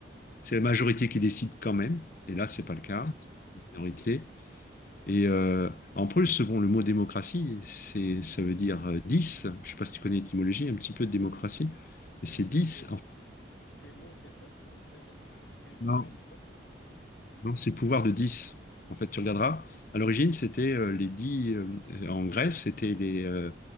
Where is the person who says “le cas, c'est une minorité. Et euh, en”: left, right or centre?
Left